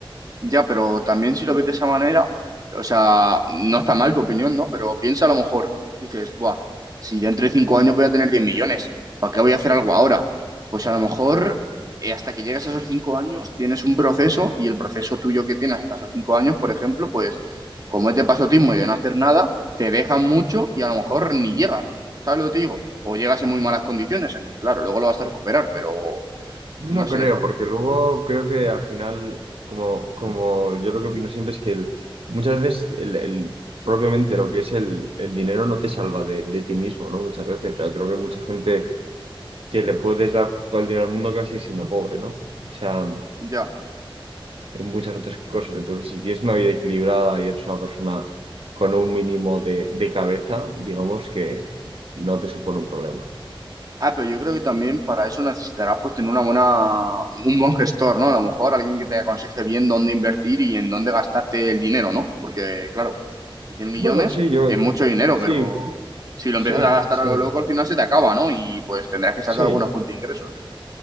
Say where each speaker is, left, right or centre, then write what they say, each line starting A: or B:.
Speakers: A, on the right; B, on the right.
A: Ya, pero también si lo ves de esa manera, o sea, no está mal tu opinión, ¿no? Pero piensa a lo mejor, dices, buah, si ya entre cinco años voy a tener 10 millones, ¿para qué voy a hacer algo ahora? Pues a lo mejor eh, hasta que llegues a esos cinco años tienes un proceso y el proceso tuyo que tienes hasta esos cinco años, por ejemplo, pues como es de pasotismo y de no hacer nada, te dejan mucho y a lo mejor ni llegas, ¿sabes lo que te digo? O llegas en muy malas condiciones, aunque claro, luego lo vas a recuperar, pero
B: No
A: no sé,
B: creo, porque luego creo que al final, como, como yo lo que opino siempre es que el- muchas veces el, el- propiamente lo que es el, el dinero no te salva de, de ti mismo, ¿no? Muchas veces, o sea, creo que mucha gente que le puedes dar todo el dinero al mundo casi siendo pobre, ¿no? O sea,
A: ya.
B: en muchas otras cosas. Entonces, si tienes una vida equilibrada y eres una persona con un mínimo de, de cabeza, digamos que no te supone un problema.
A: Ah, pero yo creo que también para eso necesitarás pues tener una buena, un buen gestor, ¿no? A lo mejor alguien que te aconseje bien dónde invertir y en dónde gastarte el dinero, ¿no? Porque, claro, 100 millones
B: Bueno, sí, yo,
A: es mucho dinero,
B: sí,
A: pero si lo
B: sí,
A: empiezas a gastar
B: sí,
A: a lo loco, al final se te acaba, ¿no? Y pues tendrás que sacar
B: sí.
A: alguna fuente de ingresos.